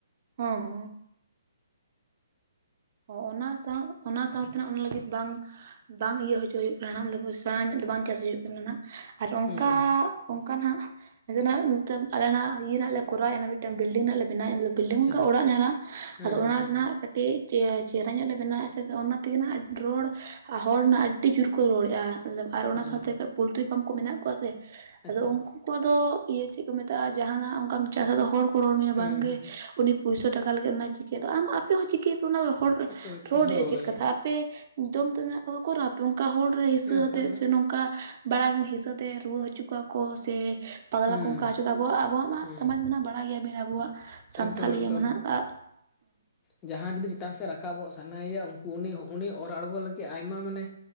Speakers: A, on the right (about 40°); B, on the left (about 15°).
A: ᱦᱚᱸ᱾ ᱚ ᱚᱱᱟ ᱥᱟᱶ ᱚᱱᱟ ᱥᱟᱶᱛᱮ ᱚᱱᱟ ᱞᱟᱹᱜᱤᱫ ᱵᱟᱝ ᱵᱟᱝ ᱤᱭᱟᱹ ᱦᱚᱪᱚ ᱦᱩᱭᱩᱜ ᱠᱟᱱᱟ ᱱᱟᱜ <inaudible> ᱯᱚᱭᱥᱟ ᱞᱟᱦᱟ ᱧᱚᱜ ᱫᱚ ᱵᱟᱝ ᱪᱟᱥ ᱦᱩᱭᱩᱜ ᱠᱟᱱᱟ ᱱᱟᱦᱟᱜ ᱟᱨ ᱚᱱᱠᱟ
B: ᱦᱩᱸ
A: ᱚᱱᱠᱟ ᱦᱟᱸᱜ ᱟᱫᱱᱟᱜ ᱢᱚᱛᱞᱚᱵ ᱟᱞᱮᱦ ᱤᱭᱟᱹ ᱱᱟᱜ ᱞᱮ ᱠᱚᱨᱟᱣ ᱮ ᱢᱤᱫᱴᱮᱱ ᱵᱤᱞᱰᱤᱝᱱᱟᱜ ᱞᱮ ᱵᱮᱱᱟᱣᱮᱫ ᱵᱤᱞᱰᱝ
B: ᱟᱪᱪᱷᱟ
A: ᱚᱱᱠᱟ ᱚᱲᱟᱜ ᱧᱮᱞᱟ,
B: ᱦᱮᱸ
A: ᱟᱫᱚ
B: ᱦᱮᱸ
A: ᱚᱱᱟ
B: ᱦᱮᱸ
A: ᱨᱮᱱᱟᱜ ᱠᱟᱹᱴᱤᱡ ᱪᱮ ᱪᱮᱦᱨᱟ ᱧᱚᱜ ᱞᱮ ᱵᱮᱱᱟᱣᱮᱫᱼᱟ ᱥᱮ ᱚᱱᱟᱛᱮᱜᱮ ᱱᱟᱦᱟᱜ ᱨᱚᱲ ᱦᱚᱲᱱᱟᱜ ᱟᱹᱰᱤ ᱡᱳᱨᱠᱚ ᱨᱚᱲᱮᱜᱼᱟ᱾ ᱟᱨ ᱚᱱᱟ
B: ᱦᱩᱸ
A: ᱥᱟᱶᱛᱮ ᱯᱳᱞᱴᱨᱤ ᱯᱷᱟᱨᱢ ᱠᱚ ᱢᱮᱱᱟᱜ ᱠᱚᱣᱟ ᱥᱮ
B: ᱟᱪᱪᱷᱟ
A: ᱟᱫᱚ ᱩᱱᱠᱩ ᱩᱱᱚᱣᱟᱜ ᱫᱚ ᱤᱭᱟᱹ ᱪᱮᱫ ᱠᱚ ᱢᱮᱛᱟᱜᱼᱟ ᱡᱟᱦᱟᱱᱟᱜ ᱚᱱᱠᱟᱢ ᱪᱟᱥᱟ ᱫᱚ ᱦᱚᱲ ᱠᱚ ᱨᱚᱲ ᱢᱮᱭᱟ
B: ᱦᱮᱸ
A: ᱵᱟᱝᱜᱮ
B: ᱦᱮᱸ
A: ᱩᱱᱤ ᱯᱩᱭᱥᱟ ᱴᱟᱠᱟ ᱞᱟᱹᱜᱤᱫ ᱚᱱᱟ ᱪᱤᱠᱟᱹ ᱟᱢ ᱟᱯᱮ ᱦᱚᱸ ᱪᱤᱠᱟᱹᱭᱟᱯᱮ ᱚᱱᱟ ᱦᱚᱲ
B: ᱟᱯᱮ
A: ᱨᱚᱲ
B: ᱦᱳᱭ
A: ᱨᱮᱭᱟᱜ ᱪᱮᱫ ᱠᱟᱛᱷᱟ ᱟᱯᱮ ᱫᱚᱢ ᱫᱚ ᱢᱮᱱᱟᱜ ᱠᱟᱫᱟ ᱚᱠᱚᱨᱟᱯᱮ ᱚᱱᱠᱟ ᱦᱚᱲ ᱨᱮ ᱦᱤᱥᱟᱹ
B: ᱦᱮᱸ ᱵᱟᱠᱷᱟᱱ
A: ᱟᱛᱮ ᱥᱮ
B: ᱫᱚ
A: ᱱᱚᱝ ᱚᱱᱠᱟ ᱵᱟᱲᱟ <unintelligible> ᱦᱤᱥᱟᱹ ᱛᱮ ᱨᱩᱣᱟᱹ ᱦᱚᱪᱚ ᱠᱚᱣᱟ ᱠᱚ ᱥᱮ ᱯᱟᱜᱞᱟ
B: ᱦᱩᱸ
A: ᱠᱚᱝᱠᱟ ᱦᱚᱪᱚᱼᱟ ᱟᱵᱚᱣᱟᱜ ᱟᱵᱚᱣᱟᱜ ᱢᱟ
B: ᱦᱩᱸ
A: ᱥᱚᱢᱟᱡᱽ ᱢᱟ ᱵᱟᱲᱟᱭ ᱜᱮᱭᱟ ᱵᱮᱱ ᱟᱵᱚᱣᱟᱜ
B: ᱮᱠᱫᱚᱢ
A: ᱥᱟᱱᱛᱷᱟᱞᱤᱭᱟᱹ
B: ᱮᱠᱫᱚᱢ
A: ᱢᱟᱱᱮᱜ ᱟᱜ
B: ᱡᱟᱦᱟᱸᱭ ᱡᱩᱫᱤ ᱪᱮᱛᱟᱱ ᱥᱮᱫ ᱨᱟᱠᱟᱵᱚᱜ ᱥᱟᱱᱟᱭᱮᱭᱟ ᱩᱱᱠᱩ ᱩᱱᱤ ᱩᱱᱤ ᱚᱨ ᱟᱬᱜᱚ ᱞᱟᱹᱜᱤᱫ ᱟᱭᱢᱟ ᱢᱟᱱᱮ